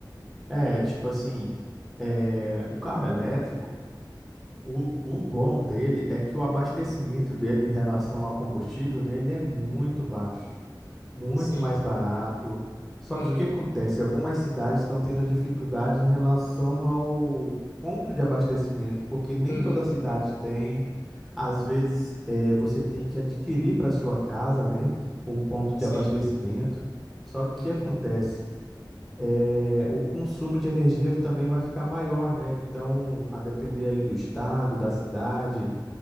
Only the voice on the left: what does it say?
Hum,
sim.
Uhum,
uhum,
sim.
Uhum,